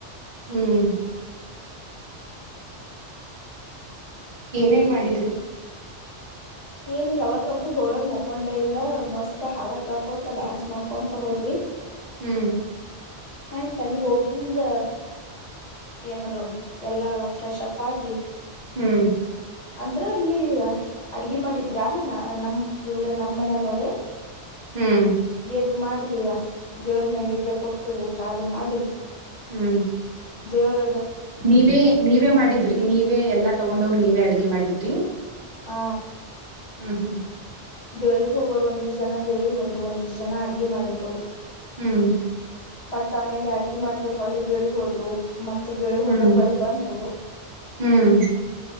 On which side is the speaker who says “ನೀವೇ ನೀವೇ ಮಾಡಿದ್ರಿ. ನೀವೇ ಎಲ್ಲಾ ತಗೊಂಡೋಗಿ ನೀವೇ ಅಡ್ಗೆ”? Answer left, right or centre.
Right